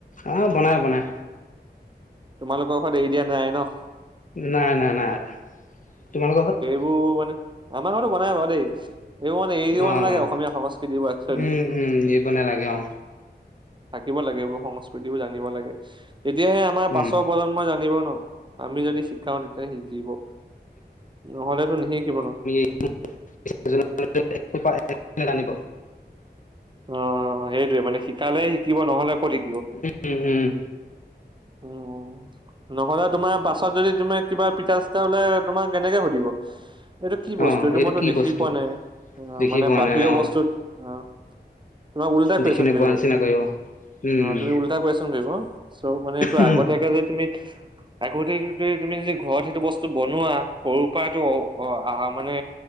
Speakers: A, on the left; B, on the right.
A: অ' বনাই বনাই।
B: তোমালোকৰ ঘৰত এৰি দিয়া নাই ন'?
A: নাই, নাই, নাই এৰা। তোমালোকৰ ঘৰত?
B: বোৰ মানে, আমাৰ ঘৰতো বনাই বাৰু দেই, এইবোৰ মানে এৰি দিব
A: অ
B: নালাগে
A: অ
B: অসমীয়া সংস্কৃতিবোৰ একচুৱেলি।
A: উম উম, এৰিব নালাগে অ'।
B: থাকিব লাগে এইবোৰ সংস্কৃতিবোৰ জানিব লাগে, তেতিয়াহে আমাৰ
A: উম
B: পাছৰ প্ৰজন্মই জানিব ন'। আমি যদি শিকাও তেতিয়াহে শিকিব, নহ'লেতো নিশিকিব নহয়।
A: <unintelligible> জানিব।
B: অ' সেইটোয়ে মানে শিকালে শিকিব নহ'লে ক'ত শিক
A: উম, উম।
B: উম, নহ'লে তোমাৰ, পাছত যদি তুমি কিবা পিঠা চিঠা হ'লে তোমাক এনেকে সুধিব এইটো কি বস্তু
A: অ
B: এইটো মইতো
A: কি
B: দেখি
A: বস্তু
B: পোৱা নাই। আহ,
A: দেখি
B: মানে
A: পোৱা
B: বাহিৰৰ
A: নাই অ
B: বস্তুত আহ তোমাক উলটাই কোৱেশ্যন
A: দেখি নোপোৱা
B: কৰিব।
A: নিচিনা উম
B: অ' তুমি উলটা কোৱেশ্যন কৰিব, চ' মানে এইটো
A: উম
B: আগতে তাকে যদি তুমি আগতেই তুমি যদি ঘৰত সেইটো বস্তু বনোৱা সৰু পৰাটো অ', অ' আহা মানে